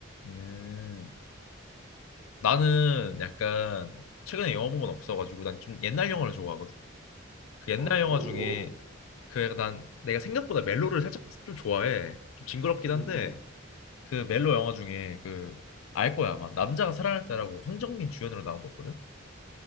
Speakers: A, on the left; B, on the right.
A: 음, 나는 약간 최근에 영화 본 건 없어가지고 난 좀 옛날 영화를 좋아하거든. 그 옛날
B: 어,
A: 영화
B: 어떤
A: 중에
B: 거,
A: 그 난 내가 생각보다 멜로를 살짝 좀 좋아해. 좀 징그럽긴
B: 응응.
A: 한데. 그 멜로 영화 중에 그 알 거야 아마 남자가 사랑할 때라고 황정민 주연으로 나온 거 있거든.